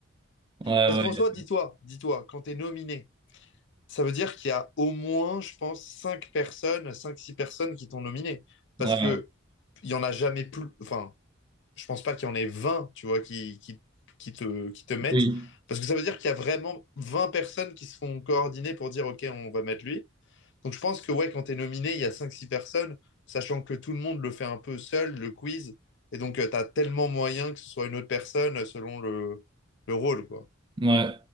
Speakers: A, on the right; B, on the left.
A: ouais,
B: Parce
A: ouais,
B: qu'en soi, dis-toi, dis-toi, quand t'es nominé. Ça veut dire qu'il y a au moins, je pense, 5 personnes, cinq-six personnes qui t'ont nominé.
A: ouais,
B: Parce que il n'y en a jamais plus. Enfin, je pense pas qu'il y en ait 20, tu vois, qui, qui, qui te, qui te mettent.
A: oui,
B: Parce que ça veut dire qu'il y a vraiment 20 personnes qui se font coordonner pour dire, OK, on va mettre lui. Donc je pense que ouais, quand tu es nominé, il y a cinq-six personnes, sachant que tout le monde le fait un peu seul, le quiz. Et donc, tu as tellement moyen que ce soit une autre personne euh, selon le, le rôle, quoi.
A: ouais.